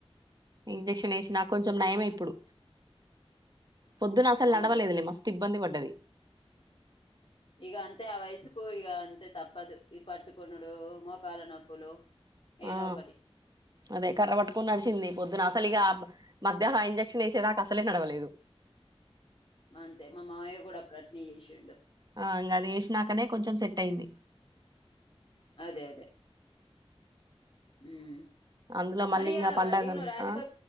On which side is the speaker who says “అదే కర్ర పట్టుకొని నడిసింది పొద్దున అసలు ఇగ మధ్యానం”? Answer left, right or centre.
Right